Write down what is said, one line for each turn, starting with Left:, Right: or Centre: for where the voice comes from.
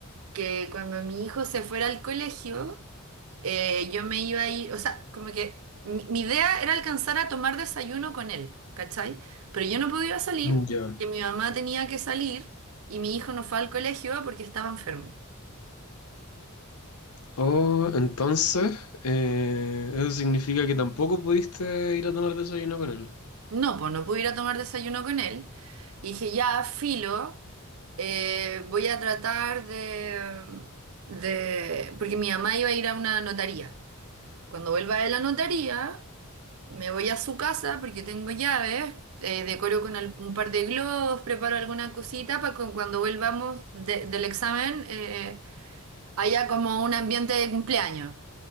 Right: que cuando mi hijo se fuera al colegio, eh, yo me iba a ir, o sea, como que mi, mi idea era alcanzar a tomar desayuno con él, ¿cachai? Pero yo no podía salir,
Left: mm, Ya.
Right: que mi mamá tenía que salir y mi hijo no fue al colegio porque estaba enfermo.
Left: Oh, entonces, eh, eso significa que tampoco pudiste ir a tomar desayuno con él.
Right: No, pues no pude ir a tomar desayuno con él. Y dije, ya, filo, eh, voy a tratar de, de... Porque mi mamá iba a ir a una notaría. Cuando vuelva de la notaría... Me voy a su casa porque tengo llaves, eh, decoro con al- un par de globos, preparo alguna cosita para que cuando volvamos de- del examen eh, haya como un ambiente de cumpleaños.